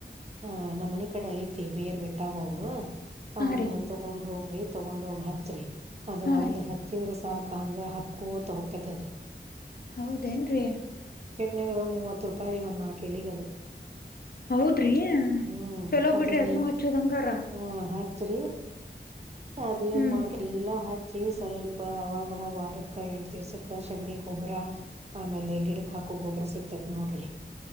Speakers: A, on the right; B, on the left.
A: ಆ ನಮ್ಮ್ ಮನ ಕಡೆ ಐತಿ ಬೇಯರ್ ಬೆಟ್ಟಾವ ಅವು ಅವನ್ನ
B: ಹಾ ರೀ
A: ತಗೊಂಡ್ ಹೋಗ್ರಿ ತಗೊಂಡ್ ಹೋಗಿ ಹಚ್ಚ್ರಿ ಅದು
B: ಹಾ
A: ಒಂದ್
B: ರೀ
A: ಹಚ್ಚಿದ್ರ ಸಾಕ ಹಂಗ ಹಬ್ಕೊತ ಹೋಕತದ
B: ಹೌದೇನ್ರೀ
A: ನಗ ಮೂವತ್ತು ರೂಪಾಯಿ ರೀ ನಾಕ್ ಎಲಿಗೆ ಅದ
B: ಹೌದ್ರಿ
A: ಹ್ಮ್
B: ಚಲೋ
A: ಅದ
B: ಬಿಡ್ರಿ
A: ನೀ
B: ಅದ್ನು ಹಚ್ಚೋದಂಗಾರ
A: ಹ್ಮ ಹಚ್ ರೀ ಅದ ಏನ್
B: ಹ್ಮ್
A: ಮಾಡ್ರಿಲ್ಲಾ ಹಚ್ಚಿ ಸ್ವಲ್ಪ ಅವಾಗವಾಗ ವಾರಕ್ಕ ಎಂಟು ದಿವ್ಸಕ್ಕೆ ಸೆಗಣಿ ಗೊಬ್ಬರ ಆಮೇಲೆ ಗಿಡಕ ಹಾಕ ಗೊಬ್ಬರ ಸಿಕ್ತೈತ್ ನೋಡ್ರಿ